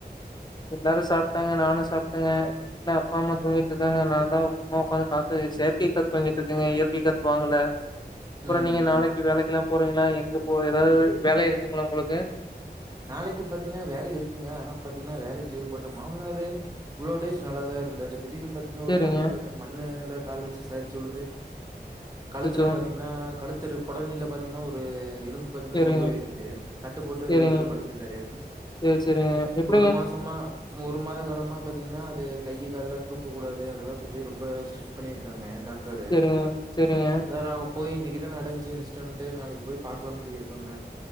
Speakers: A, on the left; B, on the right.
A: எல்லாரு சாப்ட்டாங்க நானு சாப்ட்டேங்க வீட்ல அப்பா அம்மா தூங்கிட்டு இருக்காங்க நான்தா சும்மா உக்காந்து காத்து செயற்கை காத்து வாங்கிட்டு இருக்கேங்க இயற்கை காத்து வாங்கல அப்புறம்
B: ம்
A: நீங்க
B: ம்
A: நாளைக்கு வேலைக்கல்லாம் போறீங்களா எங்க இப்போ எதாவது வேல இருக்குங்களா உங்களுக்கு
B: நாளைக்கு பாத்தீங்கன்னா வேல இருக்குங்க ஆனா பாத்தீங்கன்னா வேலைக்கு லீவ் போட்டன் மாமனாரு இவ்ளோ டேஸ் நல்லாதா இருந்தாரு திடீர்னு பாத்தீங்கனா
A: சரிங்க.
B: ஒரு மண்ணு பாத் மண்ணேல கால் வச்சு சரிச்சு உலுந்து கழுத்துல
A: அச்சச்சோ!
B: பாத்திங்கன்னா கழுத்து <unintelligible> பாத்தீங்கன்னா ஒரு ஏ பாத்தீங்கன்னா
A: சரிங்க,
B: முறிவு ஆயிருச்சி கட்டுப்போட்டு
A: சரிங்க.
B: வீட்ல <unintelligible>
A: சரி, சரிங்க. எப்படிங்க?
B: ஒரு மாசமா ஒரு மாத காலமா பாத்தீங்கன்னா அது கை கால்லா தூக்ககூடாது அதெல்லா சொல்லி ரொம்ப ஸ்ட்ரிட் பண்ணியிருக்காங்க டாக் டரு
A: சரிங்க, சரிங்க.
B: அத நாங்கப் போய் இன்னைக்கு தா நடஞ்சு இன்ஸ்டன்ட்டு நாளைக்கு போய் பாக்கலானு சொல்லியிருக்காங்க